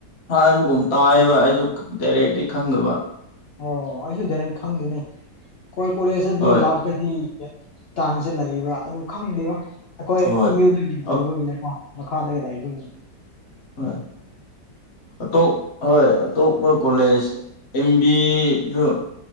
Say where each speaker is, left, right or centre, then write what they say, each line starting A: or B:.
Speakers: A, on the left; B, on the left.
A: ꯍꯥꯏꯕꯒꯨꯝ ꯇꯥꯏꯌꯦꯕ ꯑꯩꯁꯨ ꯀ ꯗꯥꯏꯔꯦꯛꯂꯤ ꯈꯪꯗꯕ
B: ꯑꯣ ꯑꯩꯁꯨ ꯗꯥꯏꯔꯦꯛ ꯈꯪꯗꯦꯅꯦ ꯈꯣꯏ ꯀꯣꯂꯦꯖꯇꯗꯤ
A: ꯍꯣꯏ
B: ꯂꯥꯛ__ ꯇꯗꯤ ꯇꯥꯡꯁꯦ ꯂꯩꯌꯦꯕ ꯑꯗꯨ ꯈꯪꯗꯦꯕ ꯑꯩꯈꯣꯏ
A: ꯍꯣꯏ
B: ꯑꯦꯝꯌꯨꯗꯒꯤ
A: ꯑ-
B: ꯂꯩꯕꯒꯤꯅꯦꯀꯣ ꯃꯈꯥꯗꯒ ꯂꯩꯕꯒꯤ
A: ꯍꯣꯏ ꯑꯇꯣꯞ ꯍꯣꯏ ꯑꯇꯣꯞꯄ ꯀꯣꯂꯦꯖ ꯑꯦꯝ ꯕꯤꯒ